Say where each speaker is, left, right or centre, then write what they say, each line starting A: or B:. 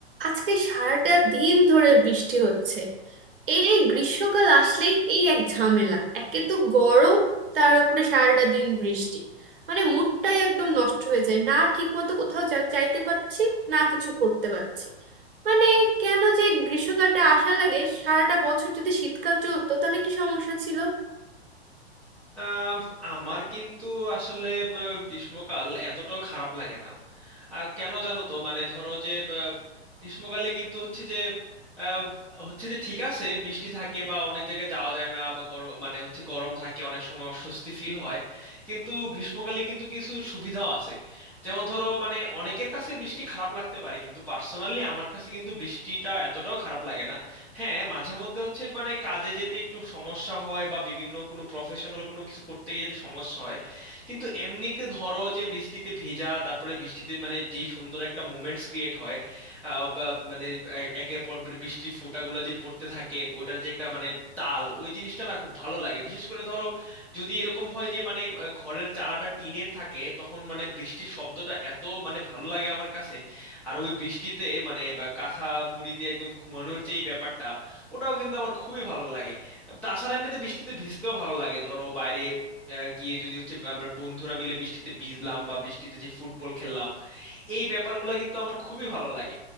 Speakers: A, on the right (about 55°); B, in the centre.
A: আজকে সারাটা দিন ধরে বৃষ্টি হচ্ছে এই গ্রীষ্মকাল আসলেই এই এক ঝামেলা একে তো গরম তার উপরে সারাটা দিন বৃষ্টি মানে মুডটাই একদম নষ্ট হয়ে যায় না ঠিকমতো কোথাও যা- যাইতে পারছি না কিছু করতে পারছি মানে কেন যে গ্রীষ্মকালটা আসা লাগে সারাটা বছর যদি শীতকাল চলতো তাহলে কি সমস্যা ছিল
B: আম, আমার কিন্তু আসলে ব- গ্রীষ্মকাল এতটাও খারাপ লাগে না আর কেন জানো তো মানে ধরো যে ব- গ্রীষ্মকালে কিন্তু হচ্ছে যে আহ, হচ্ছে যে ঠিক আছে বৃষ্টি থাকে বা অনেক জায়গায় যাওয়া যায় না বা গরম মানে হচ্ছে গরম থাকে অনেক সময় অস্বস্তি ফিল হয় কিন্তু গ্রীষ্মকালে কিন্তু কিছু সুবিধাও আছে যেমন ধরো মানে অনেকের কাছে বৃষ্টি খারাপ লাগতে পারে কিন্তু পার্সোনালি আমার কাছে কিন্তু বৃষ্টিটা এতটাও খারাপ লাগে না হ্যাঁ মাঝে মধ্যে হচ্ছে মানে কাজে যেতে একটু সমস্যা হয় বা বিভিন্ন কোনো প্রফেশনাল কোনো কিছু করতে গিয়ে যেতে সমস্যা হয় কিন্তু এমনিতে ধরো যে বৃষ্টিতে ভেজা তারপরে বৃষ্টিতে মানে যেই সুন্দর একটা মোমেন্টস ক্রিয়েট হয় আহ, বা মানে এ- একের পর মানে বৃষ্টির ফোঁটাগুলো যে পড়তে থাকে ওটার যে একটা মানে তাল ওই জিনিসটা না খুব ভালো লাগে বিশেষ করে ধরো যদি এরকম হয় যে মানে আহ, ঘরের চালাটা টিনের থাকে তখন মানে বৃষ্টির শব্দটা এত মানে ভালো লাগে আমার কাছে আর ওই বৃষ্টিতে মানে বা কাঁথা মুড়ি দিয়ে একদম ঘুমানোর যেই ব্যাপারটা ওটাও কিন্তু আমার খুবই ভালো লাগে তাছাড়া এমনিতে বৃষ্টিতে ভিজতেও ভালো লাগে ধরো বাইরে আহ, গিয়ে যদি হচ্ছে আমরা বন্ধুরা মিলে বৃষ্টিতে ভিজলাম বা বৃষ্টিতে যে ফুটবল খেললাম এই ব্যাপারগুলো কিন্তু আমার খুবই ভালো লাগে